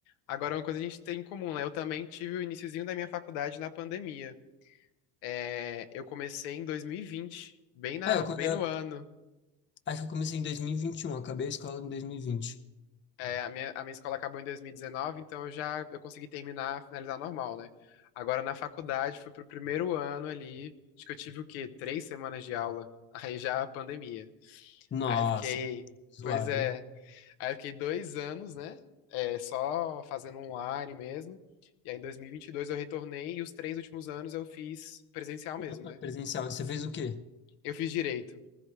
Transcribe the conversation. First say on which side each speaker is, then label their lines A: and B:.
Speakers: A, on the left; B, on the left.
A: Agora, uma coisa que a gente tem em comum, né? Eu também tive o iniciozinho da minha faculdade na pandemia. É, eu comecei em 2020, bem na,
B: é eu,
A: bem
B: co- eu
A: no ano.
B: acho que eu comecei em dois mil e vinte e um acabei a escola em dois mil e vinte
A: É, a minha, a minha escola acabou em 2019, então eu já eu consegui terminar, finalizar normal, né? Agora na faculdade, fui pro primeiro ano ali, acho que eu tive o quê? Três semanas de aula, <laughs> aí já a pandemia.
B: Nossa,
A: Aí fiquei,
B: zoado,
A: pois é,
B: hein?
A: aí eu fiquei dois anos, né? É, só fazendo online mesmo. E aí em 2022 eu retornei e os três últimos anos eu fiz presencial mesmo,
B: Um,
A: né?
B: um Presencial. Você fez o quê?
A: Eu fiz direito,